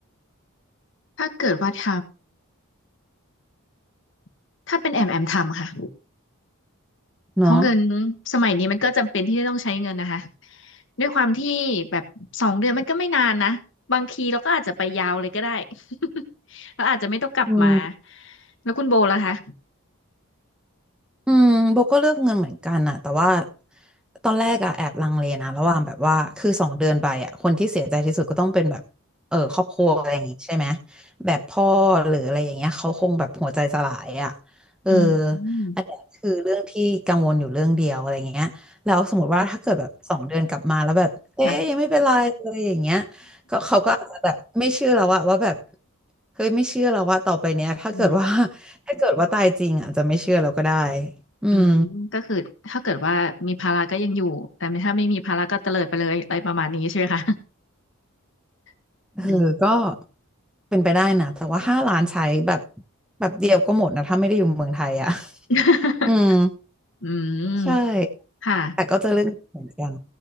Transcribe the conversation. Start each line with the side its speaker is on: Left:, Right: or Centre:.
Left: ถ้าเกิดว่าทำถ้าเป็นแอมแอมทำค่ะ
Centre: เนาะ
Left: เพราะเงินสมัยนี้มันก็จำเป็นที่จะต้องใช้เงินนะคะด้วยความที่แบบสองเดือนมันก็ไม่นานนะบางทีเราก็อาจจะไปยาวเลยก็ได้ <laughs> เราอาจจะไม่ต้องกลับมา
Centre: อืม
Left: แล้วคุณโบล่ะคะ
Centre: อืมโบก็เลือกเงินเหมือนกันอะแต่ว่าตอนแรกอะแอบลังเลนะระหว่างแบบว่าคือสองเดือนไปอะคนที่เสียใจที่สุดก็ต้องเป็นแบบเออครอบครัวอะไรอย่างงี้ใช่ไหมแบบพ่อหรืออะไรอย่างเงี้ยเขาคงแบบหัวใจสลายอะเออ
Left: อืมอืม
Centre: อันเนี้ยคือเรื่องที่กังวลอยู่เรื่องเดียวอะไรเงี้ยแล้วสมมติว่าถ้าเกิดแบบสองเดือนกลับมาแล้วแบบเอ๊ยยังไม่เป็นไรเลยอย่างเงี้ย
Left: ค่ะ
Centre: ก็เขาก็อาจจะแบบไม่เชื่อแล้วว่าว่าแบบเฮ้ยไม่เชื่อแล้วว่าต่อไปเนี้ยถ้าเกิดว่า
Left: อืม
Centre: ถ้าเกิดว่าตายจริงอาจจะไม่เชื่อแล้วก็ได้อืม
Left: อืมก็คือถ้าเกิดว่ามีภาระก็ยังอยู่แต่ไม่ถ้าไม่มีภาระก็เตลิดไปเลยอะไรประมาณนี้ใช่ไหมคะ <laughs>
Centre: เออก็
Left: อืม
Centre: เป็นไปได้นะแต่ว่าห้าล้านใช้แบบแบบเดียวก็หมดนะถ้าไม่ได้อยู่เมืองไทยอ่ะ
Left: <laughs>
Centre: <laughs> อืม
Left: อืม
Centre: ใช่
Left: ค่ะ
Centre: แต่ก็จะเรื่องเหมือนกัน